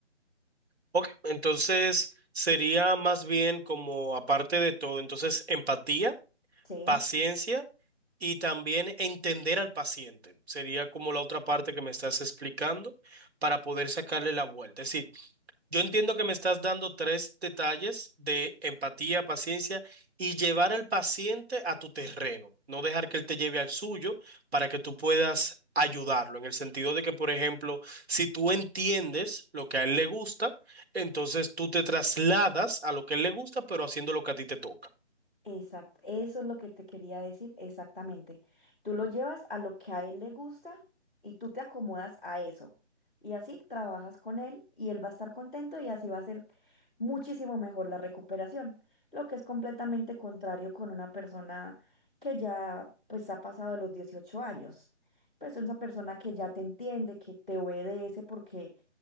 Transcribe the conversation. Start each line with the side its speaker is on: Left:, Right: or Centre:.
Right: Ok, entonces sería más bien como aparte de todo, entonces empatía,
Centre: Sí.
Right: paciencia y también entender al paciente. Sería como la otra parte que me estás explicando para poder sacarle la vuelta. Es decir, yo entiendo que me estás dando tres detalles de empatía, paciencia y llevar al paciente a tu terreno, no dejar que él te lleve al suyo para que tú puedas ayudarlo, en el sentido de que, por ejemplo, si tú entiendes lo que a él le gusta, entonces tú te trasladas a lo que a él le gusta, pero haciendo lo que a ti te toca.
Centre: Exacto, eso es lo que te quería decir exactamente. Tú lo llevas a lo que a él le gusta y tú te acomodas a eso. Y así trabajas con él y él va a estar contento y así va a ser muchísimo mejor la recuperación, lo que es completamente contrario con una persona que ya pues ha pasado de los 18 años. Pues es una persona que ya te entiende, que te obedece porque